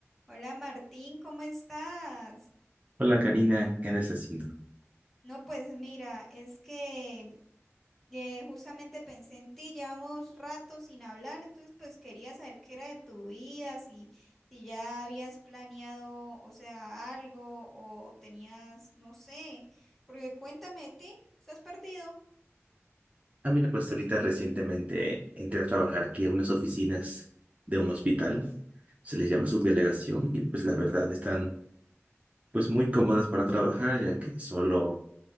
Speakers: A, in the centre; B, on the right.
A: Hola Martín, ¿cómo estás?
B: Hola Karina, ¿qué andas haciendo?
A: No, pues mira, es que eh, justamente pensé en ti, llevamos rato sin hablar, entonces pues quería saber qué era de tu vida, si, si ya habías planeado, o sea, algo o tenías, no sé, porque cuéntame de ti, ¿estás perdido?
B: Ah, mira, pues ahorita recientemente entré a trabajar aquí a unas oficinas de un hospital, se les llama subdelegación y pues la verdad están pues muy cómodas para trabajar ya que solo